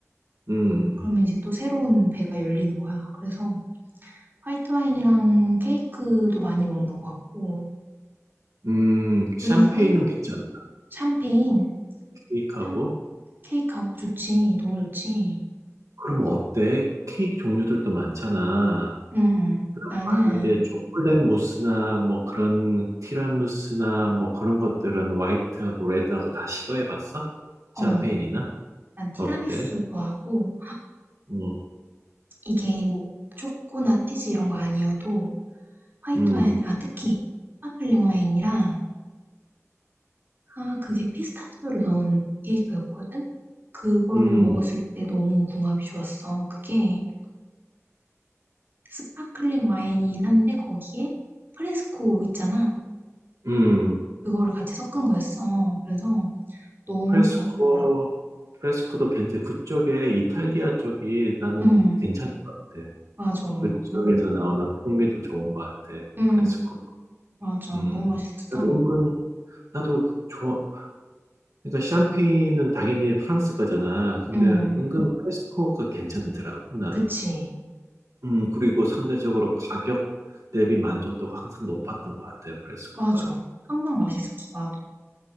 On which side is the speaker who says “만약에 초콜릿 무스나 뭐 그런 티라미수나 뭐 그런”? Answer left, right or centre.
Right